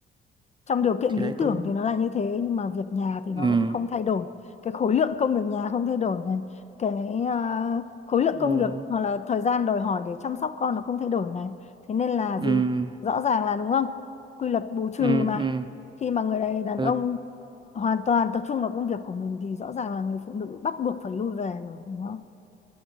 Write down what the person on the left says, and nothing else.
trong điều kiện
lý
tưởng
thì nó là như thế nhưng mà việc nhà thì nó
vẫn không thay đổi cái khối lượng công việc nhà không thay đổi này cái à, khối lượng
công việc hoặc là thời gian đòi hỏi để chăm sóc con nó không thay đổi này thế nên là
gì rõ ràng là đúng không quy luật bù trừ
mà
khi mà người đàn đàn
ông hoàn toàn tập trung vào công việc của mình thì rõ ràng là người phụ nữ bắt buộc phải lui về rồi đúng không